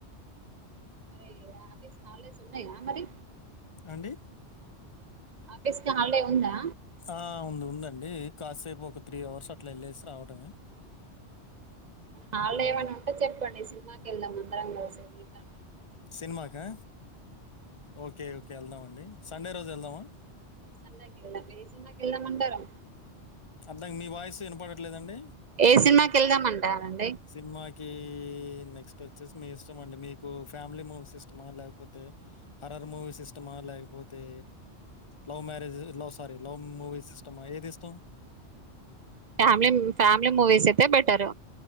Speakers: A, on the right; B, on the left.
A: మరి ఆఫీస్ హల్ డేస్ ఉన్నాయ మరి
B: అండి
A: ఆఫీస్కి హాల్ డే ఉందా
B: ఆ ఉంది ఉందండి కాసేపు ఒక త్రీ అవర్స్ అట్లా ఎళ్ళేసి రావటమే
A: హాల్డే
B: ఉమ్
A: ఏమైనా ఉంటే చెప్పండి సినిమాకి ఎళ్దాం అందరం కలిసి గీతాంజలి
B: సినిమాకా ఓకే ఓకే ఎళ్దాం అండి సండే రోజు ఎళ్దామా
A: సండేకి ఎళ్దాం ఏ సినిమాకి ఎళ్దాం అండరం
B: అర్థగ్ మీ వాయిస్ ఇనపడట్లేదండి
A: ఏ సినిమాకి ఎళ్దామంటారండి
B: సినిమా కీ నెక్స్ట్ వచ్చేసి మీ ఇష్టం అండి మీకు ఫ్యామిలీ మూవీస్ ఇష్టమా లేకపోతే హర రర్ మూవీస్ ఇష్టమా లేకపోతే love marriage love sorry love movies సిస్టమా ఏది ఇష్టాం
A: ఫ్యామిలిమ్ ఫ్యామిలీ మూవీస్ అయితే బెటర్